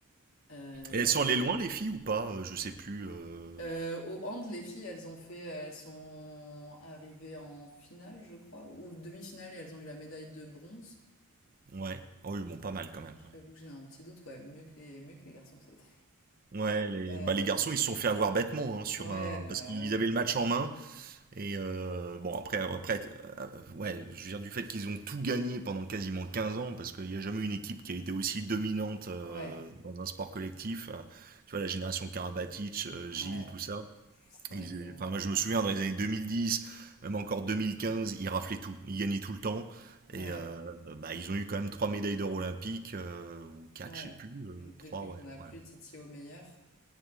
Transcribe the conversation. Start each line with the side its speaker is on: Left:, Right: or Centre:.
Left: Euh,
Right: Et elles
Left: j'ai
Right: sont allées loin, les filles, ou pas? Euh, je sais plus. euh,
Left: Euh, au hand, les filles, elles ont fait, elles sont arrivées en finale, je crois, ou demi-finale, et elles ont eu la médaille de bronze.
Right: Ouais. Oh oui, bon, pas mal quand même.
Left: J'avoue que j'ai un petit doute, ouais, mieux que les, mieux que les garçons, c'était.
Right: Ouais, Ouais, les...
Left: Euh,
Right: Bah, les garçons, ils se sont fait avoir bêtement hein, sur
Left: ouais,
Right: un...
Left: bah
Right: parce qu'ils
Left: ouais,
Right: avaient le match en main. Et euh, bon, après, euh, après euh, ouais, je viens du fait qu'ils ont tout gagné pendant quasiment 15 ans, parce qu'il n'y a jamais eu une équipe qui a été aussi dominante euh,
Left: ouais,
Right: dans un sport collectif. Euh, Tu vois, la génération Karabatic, euh, Gilles,
Left: ouais.
Right: tout ça.
Left: C'est
Right: Ils,
Left: vrai que,
Right: enfin, moi, je me souviens dans les années 2010, même encore 2015, ils raflaient tout, ils gagnaient tout le temps.
Left: ouais,
Right: Et euh, bah, ils ont eu quand même trois médailles d'or olympiques, euh, ou quatre,
Left: ouais.
Right: je sais plus, euh,
Left: Et depuis
Right: trois, ouais,
Left: qu'on a
Right: ouais.
Left: plus Titi au meilleur,